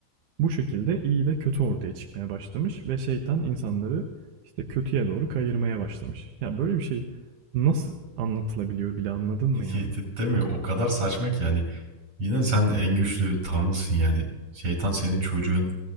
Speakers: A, on the right (about 70°); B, on the right (about 50°).
A: Bu şekilde iyi ve kötü ortaya çıkmaya başlamış ve şeytan insanları işte kötüye doğru kayırmaya başlamış. Ya böyle bir şey nasıl anlatılabiliyor bile anladın mı
B: <laughs>
A: ya?
B: Değil mi? O kadar saçma ki yani. Yine sen en güçlü tanrısın yani. Şeytan senin çocuğun.